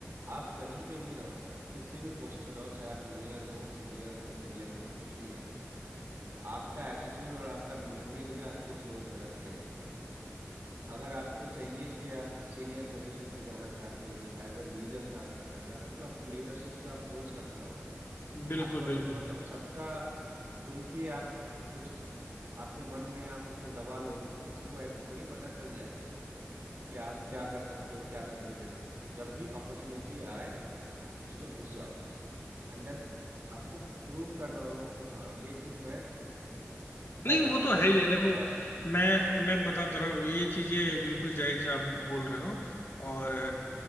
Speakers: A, on the right; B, on the left.
A: आप कहीं पे भी रहो किसी भी पोस्ट पे रहो चाहे आप जूनियर हो सीनियर हो मिड लेवल हो कुछ भी हो आपका एटीट्यूड और आपका बिहेवियर ही आपको उस रोल में रखेगा अगर आपको चाहिए कि आप सीनियर पोजीशन पे जाना चाहते हो एज अ लीडर काम करना चाहते हो तो आपको लीडरशिप का अप्रोच रखना होगा
B: बिल्कुल
A: आपका
B: बिल्कुल
A: मतलब सबका सुन के आप कुछ आपके मन में है आप उसको दबा लोगे तो किसी को ऐसे थोड़ी पता चल जाएगा कि आप क्या कर सकते हो क्या करके दे सकते हो जब भी अपॉर्चुनिटी आए उसमें घुस जाओ एंड देन आपको प्रूव करना होगा कि हाँ ये चीज़ मैं कर
B: नहीं
A: रहा
B: वो
A: हूँ
B: तो है ही है देखो
A: और
B: मैं मैं बता तो रहा हूँ ये चीजें बिल्कुल जायज आप बोल रहे हो और